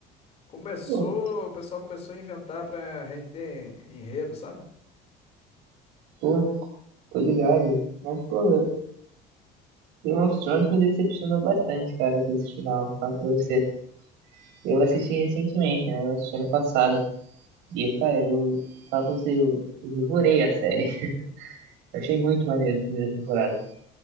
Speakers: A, on the left (about 35°); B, on the right (about 85°).
A: começou,
B: pô,
A: o pessoal começou a inventar pra render enredo, sabe?
B: pô, tô ligado. Mas, pô, Game of Thrones me decepcionou bastante, cara, com esse final, falo pra você. Eu assisti recentemente, né, eu assisti ano passado, E, cara, eu falo pra você, eu, eu devorei a série. Eu achei muito maneiro a primeira temporada.